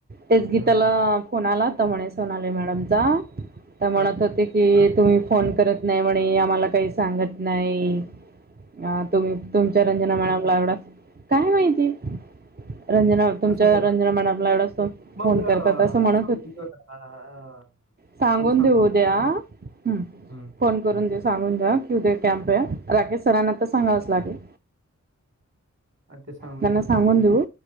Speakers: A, on the right; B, on the right.
A: तेच
B: ते
A: गीताला
B: झालं
A: कोणाला तर म्हणे सोनाले मॅडम जा तर म्हणत
B: हा,
A: होते. की तुम्ही फोन करत नाही म्हणे आम्हाला काही सांगत नाही. अ तुम तुमच्या रंजना मॅडमला एवढा काय माहिती रंजना तुमच्या
B: असू दे जा.
A: रंजना मॅडमला एवढा
B: मग
A: फोन करतात
B: अं,
A: अस म्हणत
B: सांगून
A: होती.
B: देऊ ना, अं,
A: सांगून
B: आपण
A: देऊ उद्या ह
B: हम्म,
A: फोन करून
B: हम्म.
A: देस सांगून द्या की उद्या कॅम्प आहे. राकेश सरांना तर सांगावच लागेल.
B: हा, ते सांगून
A: त्यांना
B: देऊ
A: सांगून देऊ.